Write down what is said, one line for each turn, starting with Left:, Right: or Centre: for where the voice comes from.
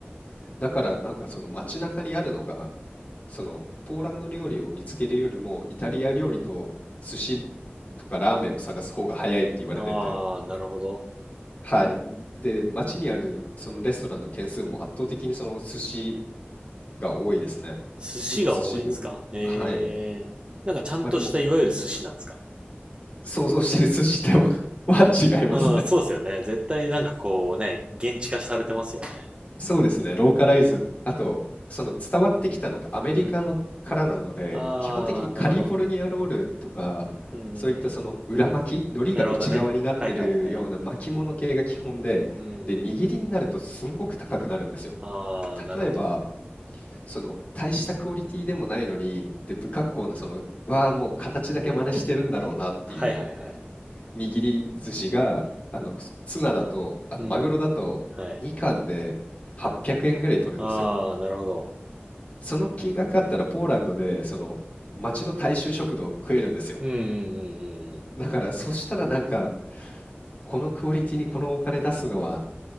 Left: だからなんかその街中にあるのがそのポーランド料理を見つけるよりもイタリア料理と寿司とかラーメンを探す方が早いって言われてて、
Right: うん。ああ、なるほど。
Left: はい。で、街にあるそのレストランの件数も圧倒的にその寿司が多いですね。
Right: 寿司が多いんですかええーなんかちゃんとしたいわゆる寿司なんですか
Left: 今、寿司ブーム。はい。まあでも、想像してる寿司とは <laughs> は違いますね。
Right: うん、そうですよね。絶対なんかこうね、現地化されてますよね。
Left: そうですね、ローカライズ、あと、その伝わってきたのがアメリカのからなので、
Right: うん。ああ、
Left: 基本的にカリフォルニアロールとか、
Right: なるほど。うんうんう
Left: そういったその裏巻き、海苔が内側になってるような巻物系が基本で、
Right: ん。なるほどね。はいはいはい。うんうんうん。
Left: で、握りになるとすんごく高くなるんですよ。
Right: ああ、なるほど。
Left: 例えば、その大したクオリティでもないのに、で、不格好な、その、わあ、もう形だけ真似してるんだろうなっていう
Right: はいはいはい。
Left: 握り寿司が、あの、ツナだと、あの、
Right: うん。
Left: マグロだと、
Right: はい。
Left: 2貫で800円ぐらい取るんですよ。
Right: ああ、なるほど。
Left: その金額あったら、ポーランドで、その、町の大衆食堂を食えるんですよ。
Right: うんうんうんうんうん。
Left: だから、そしたらなんか、このクオリティにこのお金出すのは